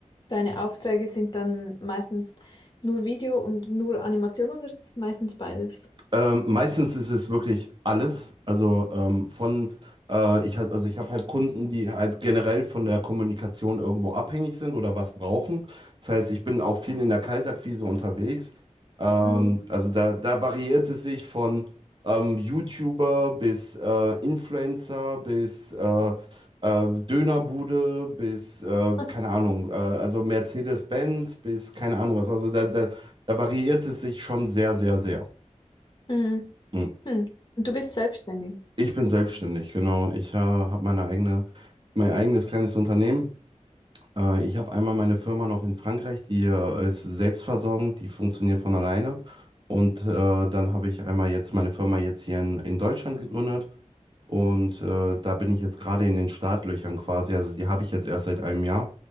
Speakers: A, on the left; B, on the right.
A: Deine Aufträge sind dann meistens nur Video und nur Animation oder ist es meistens beides?
B: Ähm, meistens ist es wirklich alles. Also ähm, von, äh, ich halt, also ich habe halt Kunden, die halt generell von der Kommunikation irgendwo abhängig sind oder was brauchen. Das heißt, ich bin auch viel in der Kaltakquise unterwegs. Ähm,
A: Mhm.
B: also da, da variiert es sich von ähm, YouTuber bis äh, Influencer bis äh, äh, Dönerbude bis, äh,
A: <laughs>
B: keine Ahnung, äh, also Mercedes-Benz bis keine Ahnung was. Also da, da, da variiert es sich schon sehr, sehr, sehr.
A: Mhm.
B: Hm.
A: Hm. Und du bist selbstständig.
B: Ich bin selbstständig, genau. Ich äh, habe meine eigene, mein eigenes kleines Unternehmen. Äh, ich habe einmal meine Firma noch in Frankreich, die äh, ist selbstversorgend, die funktioniert von alleine. Und äh, dann habe ich einmal jetzt meine Firma jetzt hier in, in Deutschland gegründet. Und äh, da bin ich jetzt gerade in den Startlöchern quasi. Also die habe ich jetzt erst seit einem Jahr.